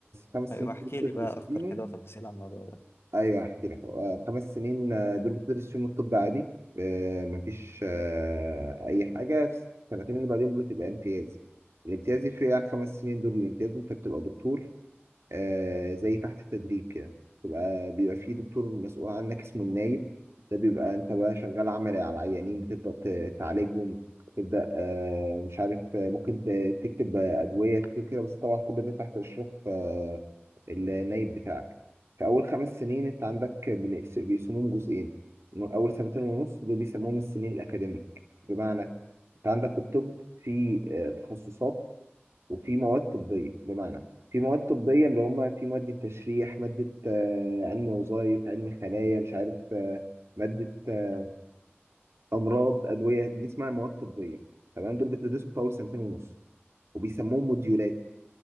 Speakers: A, on the right; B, on the left.
A: خمس
B: ايوه
A: سنين
B: احكي
A: دول بتدرس
B: لي بقى اكتر
A: فيهم
B: كده تفاصيل عن الموضوع ده
A: ايوه هحكي لك آه، خمس سنين آه، دول بتدرس فيهم الطب عادي آه، مفيش آه، اي حاجة في السنتين اللي بعدين بتبقى امتياز الامتياز يفرق عن خمس سنين دول الامتياز انت بتبقى دكتور آه زي تحت التدريب كده بيبقى بيبقى في دكتور مسؤول عنك اسمه النايب ده بيبقى انت بقى شغال عملي على العيانين بتبدأ ت- تعالجهم تبدأ آه مش عارف آه، ممكن ت- تكتب آه، أدوية كده كده، بس طبعا كل ده تحت إشراف آه النايب بتاعك في أول خمس سنين أنت عندك بنقس- بيقسموهم جزئين أول سنتين ونص دول بيسموهم السنين الأكاديميك بمعنى أنت عندك في الطب في آه، تخصصات وفي مواد طبية بمعنى في مواد طبية اللي هم في مادة تشريح مادة آه، علم وظائف علم خلايا مش عارف آه، مادة آه، أمراض أدوية دي اسمها مواد طبية تمام دول بتدرسهم في أول سنتين ونص وبيسموهم موديولات